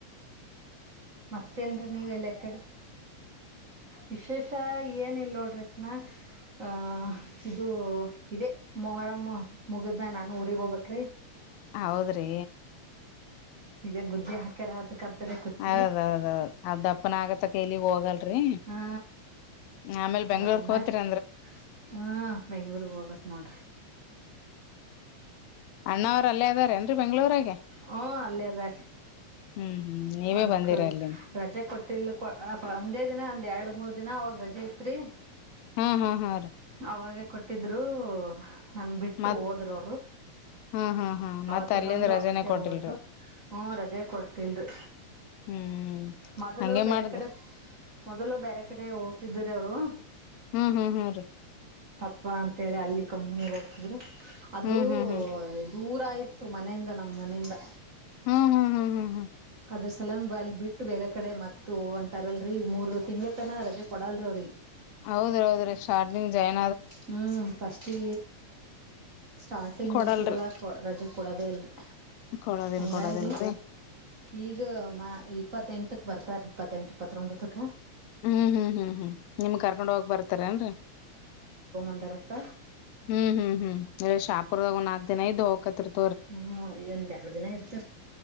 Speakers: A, on the right; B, on the left.
A: ಮತ್ತೇನ್ ನೀವೆ ಎಲ್ಲ ಕಡೆ ವಿಶೇಷ ಏನಲ್ ನೋಡ್ರಿ ನ ಆಹ ಇದು ಇದೇ ಮೊಹರಂ ಮುಗಿದ್ನಾನು ಊರಿರಿಗೆ ಹೋಗ್ಬರಿ
B: ಹೌದ್ರಿ
A: ಇದೇ ಗುದ್ಲಿ ಹಾಕ್ಯಾರ ಅದಕ್ಕಂತಾನೇ ಕೂತೀನಿ
B: ಹೌದೌದೌದು ಅ ದಪ್ಪನ ಆಗತ್ತ ಕಲಿ ಹೋಗಲ್ಲ
A: ಹಾ
B: ಆಮೇ ಬೆಂಗಳೂರ್
A: ಅದಾದ್ಮ್ಯಾಗ
B: ಹರಿ
A: ಹಾ ಬೆಂಗ್ಳೂರ್ಗ್ ಹೋಗ್ಬೇಕ್ ನೋಡ್ರಿ
B: ಅಂದ್ರ ಅಲ್ಲೇ ಅದರ ಏನು ರಿ ಬೆಂಗಳೂರಗಿ
A: ಹ್ಮ ಅಲ್ಲೇ ಅದಾರೆ
B: ಹ್ಮ್ ಹ್ಮ್ ನೀವೇ
A: ವರ್ಕ್
B: ಬಂದಿರ ಅಲ್ಲಿಂದ
A: ರಜೆ ಕೊಟ್ಟಿಲ್ ಒಂದೇ ದಿನ ಒಂದ್ ಎರಡು ಮೂರ್ ದಿನ ಅವಾಗ ರಜೆ ಐತ್ರಿ
B: ಹಾ ಹಾ ಹಾ ರೀ
A: ಅವಾಗ ಕೊಟ್ಟಿದ್ರು ನನ್ ಬಿಟ್ಟು
B: ಮತ್
A: ಹೋದ್ರ ಅವರು
B: ಹಾ ಹಾ ಹಾ ಮತ್
A: ಅವತ್ತೇ
B: ಅಲ್ಲಿಂದ
A: ಬಂದು
B: ರಜೆನೆ
A: ಅವತ್ತೇ
B: ಕೊಟ್ಟಿಲ್ರಿ
A: ಹೋದ್ರು ಹ್ಮ ರಜೆ ಕೊಡ್ತಿಲ್ರಿ
B: ಹ್ಮ್
A: ಮೊದಲು
B: ಹಂಗೆ
A: ಬೇರೆ
B: ಮಾಡ್ದ
A: ಕಡೆ ಮೊದಲು ಬೇರೆ ಕಡೆ ಹೊತಿದ್ದ ಇದರ ಅವರು
B: ಹ್ಮ್ ಹ್ಮ್ ಹ್ಮ್ ರೀ
A: ಅಪ್ಪ ಅಂತೇಳಿ ಅಲ್ಲಿ ಕಮ್ಮನಿ ಹೋಗ್ತಿದ್ರು ಅದು
B: ಹ್ಮ್ ಹ್ಮ್ ಹ್ಮ್
A: ದೂರ ಇತ್ತು ಮನೆಯಿಂದ ನಮ್ಮ ಮನೆಯಿಂದ
B: ಹ್ಮ್ ಹ್ಮ್ ಹ್ಮ್ ಹ್ಮ್ ಹ್ಮ್
A: ಅದ್ರ ಸಲಂದ ಅಲ್ ಬಿಟ್ಟು ಬೇರೆ ಕಡೆ ಮತ್ ಒಂಟಾರಲ್ರರಿ ಮೂರ್ ತಿಂಗಳ ತನ ರಜೆ ಕೊಡಲ್ರವ್ರಿ
B: ಹೌದ್ರ ಹೌದ್ರೀ ಸ್ಟಾರ್ಟಿಂಗ್ ಜೈನ್
A: ಹ್ಮ್ ಫಸ್ಟಿ ಸ್ಟಾರ್ಟಿಂಗ್
B: ಕೊಡಲ್ರಿ
A: ಇರ್ತದಲ್ಲಾ ರಜೆ ಕೊಡದೇ ಇಲ್ರಿ
B: ಕೊಡೋದಿಲ್
A: ಹಂಗಾಗಿ
B: ಕೊಡೋದಿಲ್ರರಿ
A: ಈಗ ಮಾ ಈ ಇಪ್ಪತ್ತೆಂಟಕ್ ಬರ್ತಾರ ಇಪ್ಪತ್ತೆಂಟು ಇಪ್ಪತ್ತೊಂಬತ್ತಕ
B: ಹ್ಮ್ ಹ್ಮ್ ಹ್ಮ್ ಹ್ಮ್ ನಿಮ್ ಕರ್ಕೊಂಡ್ ಹೋಗ ಬರ್ತಾರೇನ್ರರಿ
A: ಅದರತ
B: ಹ್ಮ್ ಹ್ಮ್ ಹ್ಮ್ ಇ ಶಾಪುರ್ದಾಗ ಒಂದು ನಾಲ್ಕ್ ದಿನ ಇದ್ದು ಹೋಗಕತಿರ್ತ
A: ಹ್ಮ್ ಇಂದ ಎರಡು ದಿನ ಇರ್ತ